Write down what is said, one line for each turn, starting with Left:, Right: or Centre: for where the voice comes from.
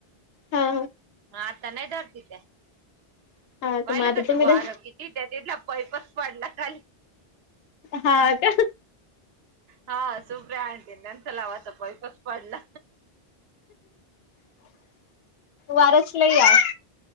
Left: हा
Right: हा आता नाही धरती त्या.
Left: हा हा
Right: पायलका
Left: तर मग आता तुम्ही
Right: ते वार कीतीये. त्या तीडला पैपच पडला खाली.
Left: हा का?
Right: हा सुप्रिया आण नंतला होता. पैपच पडला.
Left: वारच लई आज.